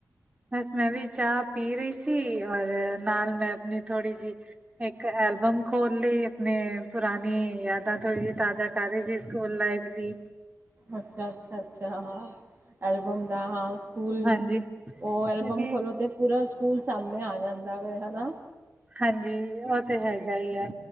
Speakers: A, on the right (about 20°); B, on the right (about 35°).
A: ਬਸ ਮੈਂ ਵੀ ਚਾਹ ਪੀ ਰਹੀ ਸੀ, ਔਰ ਨਾਲ ਮੈਂ ਆਪਣੀ ਥੋੜ੍ਹੀ ਜਿਹੀ ਇੱਕ ਐਲਬਮ ਖੋਲ ਲਈ, ਆਪਣੀ ਪੁਰਾਣੀ ਯਾਦਾਂ ਥੋੜੀ ਜਿਹੀ ਤਾਜ਼ਾ ਸਾਰੇ ਜੀ, ਸਕੂਲ ਲਾਈਫ ਦੀ।
B: ਅੱਛਾ-ਅੱਛਾ, ਅੱਛਾ, ਹਾ। ਐਲਬਮ ਦਾ ਹਾਂ ਸਕੂਲ,
A: ਹਾਂਜੀ,
B: ਉਹ
A: ਕਿਉਂਕਿ
B: ਐਲਬਮ ਖੋਲੋ ਤੇ ਪੂਰਾ ਸਕੂਲ ਸਾਹਮਣੇ ਆ ਜਾਂਦਾ ਵੇ, ਹਨਾ।
A: ਹਾਂਜੀ, ਉਹ ਤੇ ਹੈਗਾ ਈ, ਹੈ।